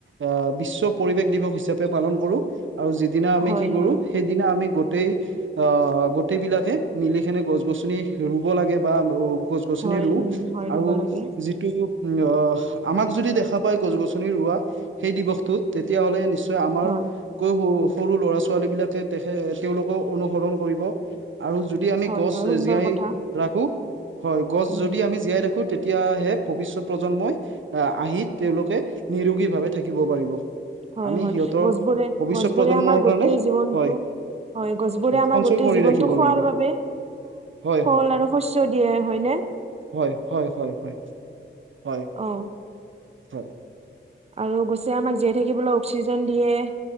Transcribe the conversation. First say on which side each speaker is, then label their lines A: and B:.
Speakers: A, on the right; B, on the right.
A: আ বিশ্ব পৰিৱেশ দিৱস হিচাপে পালন কৰোঁ আৰু যি দিনা আমি
B: হয়
A: কি কৰো
B: হয়
A: সেইদিনা আমি গোটেই অ' অ' গোটেইবলাকে মিলি কেনে গছ -গছনি ৰুব লাগে বা গছ গছনি
B: হয়
A: ৰুওঁ
B: উম হয় ৰুব
A: আৰু
B: লাগে
A: যিটো অ' আমাক যদি দেখা পাই গছ-গছনি ৰোৱা সেই দিৱসটোত তেতিয়া হ'লে নিশ্চয় আমাৰ
B: হয়
A: কৈ সৰু, সৰু ল'ৰা-ছোৱালীবিলাকে তেখে তেওঁলোকক অনুসৰণ কৰিব। আৰু যদি আমি
B: হয়
A: গছ
B: হয় সুন্দৰ
A: জীয়াই
B: কথা
A: ৰাখো। হয় গছ
B: উম
A: যদি আমি। জীয়াই ৰাখোঁ তেতিয়াহে ভৱিষ্যত প্ৰজন্মই আহি। তেওঁলোকে নিৰোগীভাৱে থাকিব পাৰিব।
B: হয়,
A: আমি
B: হয়।
A: সিহঁতৰ
B: গছবোৰে,
A: ভৱিষ্যত
B: গছবোৰে
A: প্ৰজন্মৰ
B: আমাৰ গোটেই
A: কাৰণে
B: জীৱনটো
A: হয়
B: হয় গছবোৰে আমাৰ
A: সঞ্চয়
B: গোটেই
A: কৰি
B: জীৱনটো
A: ৰাখিব
B: খোৱাৰ
A: লাগিব
B: বাবে
A: হয়
B: ফল
A: হয়
B: আৰু শস্যৰ দিয়ে হয় নে।
A: হয়, হয় হয় হয়, হয়।
B: অঁ।
A: হয়।
B: আৰু গছে আমাক জীয়াই থাকিবলৈ অক্সিজেন দিয়ে